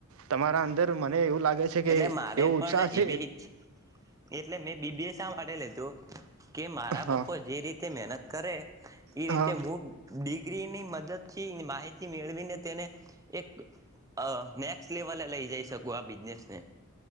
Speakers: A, on the right; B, on the right.
A: તમારા અંદર મને એવું લાગે છે કે
B: એટલે મારે
A: એવો
B: પણ
A: ઉત્સાહ છે
B: એવી ઈચછ એટલે મેં બી બી એ શા માટે લે કે મારા
A: હા
B: પપ્પો જે રીતે મહેનત કરે એ
A: હા
B: રીતે હું ડિગ્રીની મદદથી માહિતી મેળવીને તેને એક અહ નેક્સ્ટ લેવલે લઈ જઈ શકું આ બિઝનેસ ને.